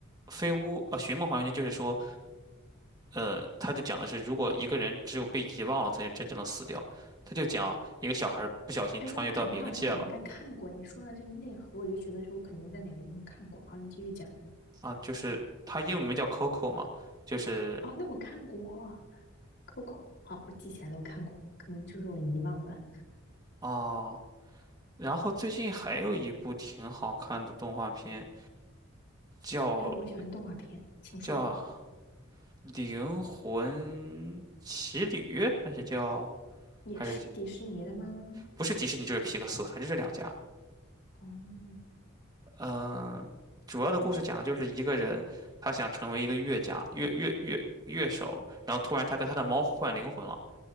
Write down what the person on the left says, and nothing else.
哎，我感觉好像我应该看过你说的这个内核，我就觉得说我肯定在哪个地方看过。好，你继续讲。
哦，那我看过《Coco》，好，我记起来了，我看过，可能就是我遗忘了。
对，我喜欢动画片，请说。
也是迪士尼的吗？
哦，
我去，